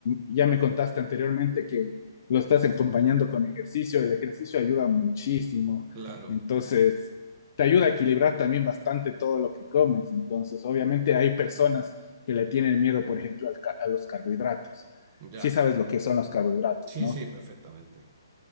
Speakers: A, on the left (about 50°); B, on the right (about 35°).
A: ya me contaste anteriormente que lo estás acompañando con ejercicio, el ejercicio ayuda muchísimo,
B: claro,
A: entonces te ayuda a equilibrar también bastante todo lo que comes, entonces obviamente hay personas que le tienen miedo, por ejemplo, al ca- a los carbohidratos.
B: ya.
A: Sí sabes lo que son los carbohidratos,
B: Sí,
A: ¿no?
B: sí, perfectamente.